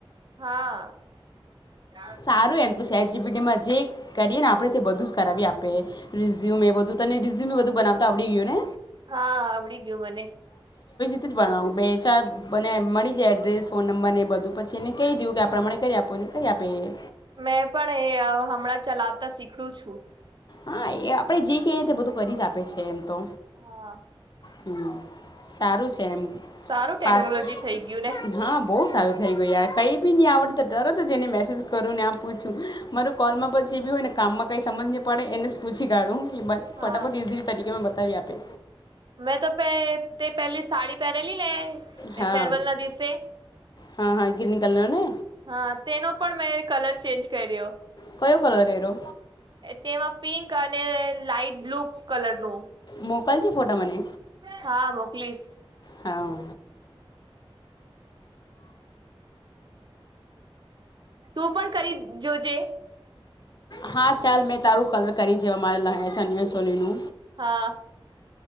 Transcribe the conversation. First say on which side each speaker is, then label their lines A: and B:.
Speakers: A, on the right; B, on the left.
A: હા <inaudible>
B: સારું એમ તો ચેટ જીપીટીમાં જે કરીએ ને આપણે તે બધું જ કરાવી આપે રિઝ્યુમ એ બધુ તને રિઝ્યમે બધુ બનાવતા આપડી ગયુ ને
A: હા આવડી ગ્યુ મને
B: થી જ બનાવુ બે ચારને બને મળી જાય એડ્રેસ ફોન નંબર ને બધુ પછી એને કહી દયુ કે આપ પ્રમાણે કરી આપો કરી આપે એ
A: મેં પણ એ હ હમણાં ચલાવતા શીખડુ છુ
B: હા એ આપડે જે કે તે બધુ કરી જ આપે છે એમ તો
A: હા
B: હમ સારું છ એમ
A: સારું
B: ફાસ
A: ટેકનોલોજી
B: હ
A: થઈ ગયું ને
B: બઉ સારું થઈ ગયુ યાર કઈ બી ની આવડ તરત જ એને મેસેજ કરું ને આમ પૂછુ મારુ કોલમા પછી જે બી હોય ને કામમા કઈ સમજ ની પડે એને જ પૂછી કાઢુ એ બ
A: હા
B: ફટાફટ ઇઝીલી તરીકે મે બતાવીએ આપે
A: મેં તો પે તે પેલી સાડી પરેલી ને
B: હા
A: ફેરવેલ ના દિવસે
B: હા હા ગ્રીન કલર ને
A: હા તેનો પણ મે કલર ચેન્જ કર્યો
B: કયો કલર કર્યો
A: તેમા પિંક અને લાાઈટ બ્લુ કલર નું
B: મોકલ જે ફોટા મને
A: હા મોકલીસ
B: હા
A: તું પણ કરી જજોજે
B: હા ચાલ મેં તારું કલર કરી જોવા માર ક સોલીલુ
A: હા